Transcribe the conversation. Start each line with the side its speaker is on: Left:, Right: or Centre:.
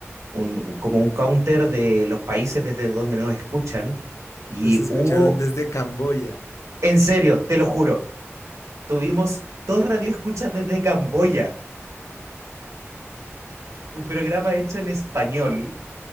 Right: un, como un counter de los países desde donde nos escuchan, y
Left: los escucharon
Right: hubo,
Left: desde Camboya.
Right: en serio, te lo juro, tuvimos dos radioescuchas desde Camboya, un programa hecho en español